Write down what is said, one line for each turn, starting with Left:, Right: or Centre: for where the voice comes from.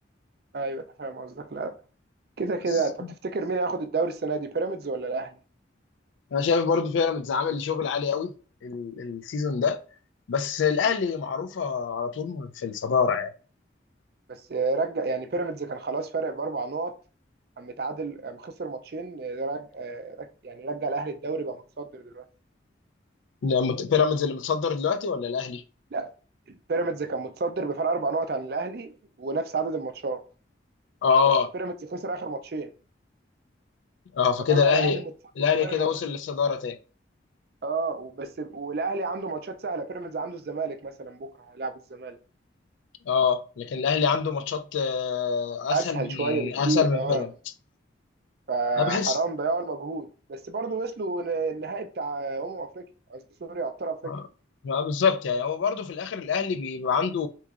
Right: ايوه فاهم قصدك لا كده
Left: بس
Right: كده طب تفتكر مين هياخد الدوري السنه دي بيراميدز ولا الاهلي
Left: أنا شايف برضو بيراميدز عامل شغل عالي قوي ال... السيزون ده بس الأهلي معروفة على طول في الصدارة يعني
Right: بس رجع يعني بيراميدز كان خلاص فارق باربع نقط قام متعادل قام خسر ماتشين آه، رج... آه، رج... يعني رجع الاهلي الدوري بقى متصدر دلوقتي
Left: <laughs> لما- بيراميدز اللي متصدر دلوقتي ولا الأهلي؟
Right: لا بيراميدز كان متصدر بفارق اربع نقط عن الاهلي ونفس عدد الماتشات
Left: اه
Right: بس بيراميدز خسر اخر ماتشين
Left: اه فكده
Right: فطلع
Left: الاهلي
Right: الاهلي متصدر
Left: الاهلي
Right: فرق
Left: كده
Right: نقطتين
Left: وصل للصداره تاني
Right: اه بس والاهلي عنده ماتشات سهله بيراميدز عنده الزمالك مثلا بكره هيلعبوا الزمالك
Left: اه لكن الاهلي عنده ماتشات آه، اسهل
Right: اسهل
Left: من
Right: شويه بكتير
Left: اسهل من
Right: اه
Left: بيراميدز
Right: فحرام
Left: انا بحس
Right: ضياع المجهود بس برضه وصلوا النهائي بتاع آه، امم افريقيا قصدي سوري ابطال افريقيا
Left: آه، آه، بالظبط يعني هو برضه في الاخر الاهلي بيبقى عنده